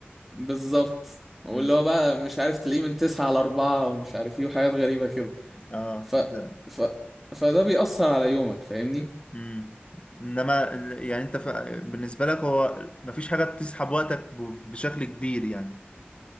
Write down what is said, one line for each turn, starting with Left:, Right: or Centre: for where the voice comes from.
Centre: بالظبط واللي
Left: مم.
Centre: هو بقى مش عارف تلاقيه من تسعة على أربعة ومش عارف ايه وحاجات غريبة كده
Left: اه
Centre: ف...
Left: ده.
Centre: ف... فده بيأثر على يومك فاهمني
Left: مم. انما ال- يعني انت ف... بالنسبة لك هو مفيش حاجة بتسحب وقتك ب... بشكل كبير يعني